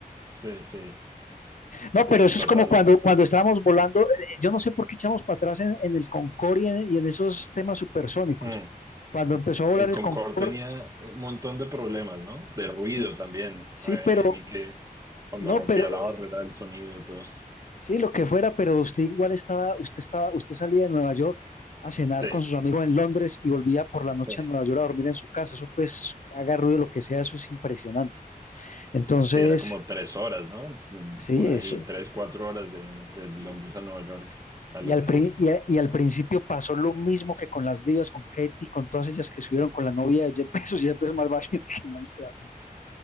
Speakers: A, on the right (about 20°); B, on the left (about 55°).
A: sí, sí,
B: No,
A: sí,
B: pero eso
A: total.
B: es como cuando, cuando estábamos volando, eh, yo no sé por qué echamos para atrás en, en el Concorde y en, y en, esos temas supersónicos.
A: Mm.
B: Cuando empezó a volar
A: El
B: el
A: Concorde
B: Concorde,
A: tenía un montón de problemas, ¿no? De ruido
B: sí,
A: también.
B: sí,
A: Eh,
B: pero,
A: vi que cuando
B: no,
A: rompía
B: pero
A: la barrera del sonido y todo esto.
B: Sí, lo que fuera, pero usted igual estaba, usted estaba, usted salía de Nueva York a cenar
A: Sí,
B: con sus amigos en Londres y volvía por la
A: sí.
B: noche a Nueva York a dormir en su casa. Eso pues haga ruido lo que sea, eso es impresionante. Entonces,
A: Sí, era como tres horas, ¿no? Mm,
B: sí,
A: Por ahí,
B: eso.
A: tres, cuatro horas de, de Londres
B: Y,
A: a Nueva York. La
B: y
A: locura.
B: al, pri- y a- y al principio pasó lo mismo que con las divas, con Katy, con todas ellas que subieron con la novia de Jeff Bezos, <laughs> Jeff Bezos más valiente que Manuel Barro,